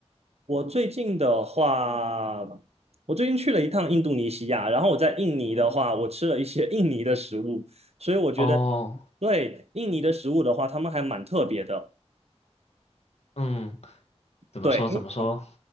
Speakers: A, on the right; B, on the left.
A: 我最近的话，我最近去了一趟印度尼西亚，然后我在印尼的话，我吃了一些印尼的食物，所以我觉得
B: 哦，
A: 对印尼的食物的话，他们还蛮特别的。
B: 嗯，怎么说怎么说？
A: 对，